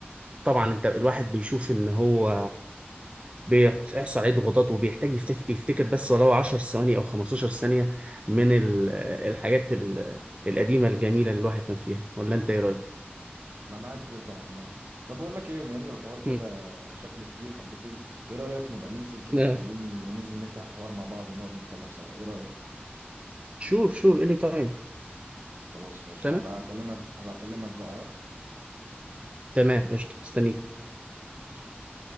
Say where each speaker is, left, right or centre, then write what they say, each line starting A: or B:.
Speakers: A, on the right (about 30°); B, on the right (about 65°).
A: طبعا انت الواحد بيشوف ان هو بيحصل عليه ضغوطات وبيحتاج يفتك- يفتكر بس ولو 10 ثواني او 15 ثانية من ال- الحاجات ال- القديمة الجميلة اللي الواحد كان فيها ولا انت ايه رأيك؟
B: انا معاك جدا عامه طب اقول لك ايه بما ان الحوار كده
A: مم.
B: شكله كبير حبتين ايه رايك نبقى ننزل كده
A: لا
B: تكلمني وننزل نفتح الحوار مع بعض ونقعد نتكلم سوا ايه رايك
A: شور شور اني تايم
B: خلاص ماشي
A: تمام
B: هبقى اكلمك هبقى اكلمك بقى
A: تمام قشطة مستنيك
B: ماشي